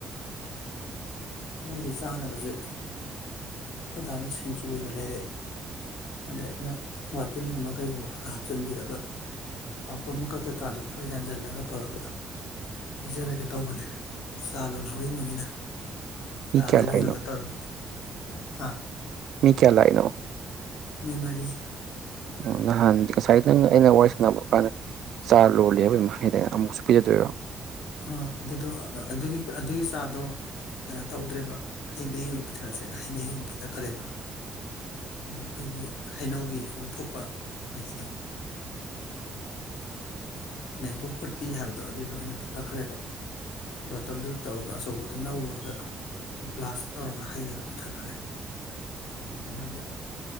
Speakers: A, on the left; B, on the right.
A: ꯃꯣꯏꯒꯤ ꯆꯥꯅꯕꯖꯦ ꯈꯣꯏꯗꯥꯅ ꯁꯤꯡꯖꯨ ꯑꯣꯏꯅ ꯂꯩꯔꯛꯑꯦ ꯑꯗ ꯑꯩꯅ ꯋꯥꯇꯤꯟꯒꯨꯝꯕ ꯀꯩꯒꯨꯝꯕ ꯈꯔ ꯍꯥꯞꯆꯤꯟꯕꯤꯔꯒ ꯄꯥꯐꯣꯔ ꯃꯀꯛ ꯀꯩꯀꯥꯖꯨ ꯈꯔ ꯌꯥꯟꯖꯜꯂꯒ ꯇꯧꯔꯒ ꯄꯤꯖꯔꯒꯦ ꯇꯧꯕꯅꯦ ꯆꯥ ꯂꯣꯟꯍꯧꯔꯤ ꯃꯃꯤꯅ ꯆꯖꯦ
B: ꯃꯤ ꯀꯌꯥ
A: ꯂꯣꯏꯔꯒ
B: ꯂꯥꯛꯏꯅꯣ
A: ꯇꯧꯔꯒ <unintelligible>
B: ꯃꯤ ꯀꯌꯥ ꯂꯥꯏꯅꯣ
A: ꯃꯣꯏ ꯃꯔꯤ
B: ꯑ ꯉꯍꯥꯟ ꯉꯁꯥꯏ ꯅꯪ ꯑꯩꯅ ꯋꯥꯔꯤ ꯁꯥꯟꯅꯕ꯭ꯔꯣ ꯀꯥꯟꯗ ꯆꯥ ꯂꯣꯜꯂꯤ ꯍꯥꯏꯕꯔꯥ ꯀꯩꯅꯣꯝ ꯍꯥꯏꯒꯤꯗꯥꯏꯅꯦ ꯑꯃꯨꯛꯁꯨ ꯄꯤꯖꯗꯣꯏꯔꯣ
A: ꯑꯥ ꯑꯗꯨꯗꯣ ꯑꯗꯨꯒꯤ ꯑꯗꯨꯒꯤ ꯆꯥꯗꯣ ꯀꯩꯅꯣ ꯇꯧꯗ꯭ꯔꯦꯕ ꯍꯩ ꯃꯍꯤ ꯑꯣꯏꯅ ꯄꯤꯊꯛꯑꯁꯦꯅ ꯍꯩ ꯃꯍꯤ ꯑꯣꯏꯅ ꯄꯤꯊꯛꯈ꯭ꯔꯦꯕ ꯑꯈꯣꯏꯒꯤ ꯍꯩꯅꯧꯒꯤ ꯑꯃ ꯊꯣꯛꯄ ꯃꯍꯤꯗꯣ ꯃꯦꯡꯒꯣ ꯐꯨꯔꯇꯤ ꯍꯥꯏꯕꯗꯣ ꯑꯗꯨꯏꯗꯣ ꯑꯣꯏꯅ ꯄꯤꯊꯛꯈ꯭ꯔꯦꯕ ꯕꯣꯇꯜꯗꯨ ꯇꯧꯔꯒ ꯑꯆꯧꯕ ꯑꯗꯨꯝ ꯂꯧꯔꯨꯔꯒ ꯒ꯭ꯂꯥꯁ ꯇꯧꯔꯒ ꯍꯩꯔꯒ ꯄꯤꯊꯛꯈ꯭ꯔꯦ ꯃꯣꯏꯖꯨ